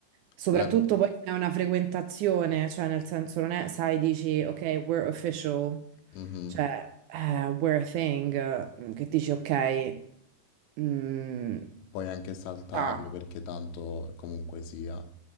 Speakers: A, on the right (about 80°); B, on the left (about 75°).
A: soprattutto
B: La-
A: poi se è una frequentazione, cioè, nel senso, non è, sai, dici, ok, we're official.
B: Mhm.
A: Cioè, eh, We're a Thing, eh, che dici, ok, mm,
B: Puoi anche saltarlo
A: sta.
B: perché tanto comunque sia,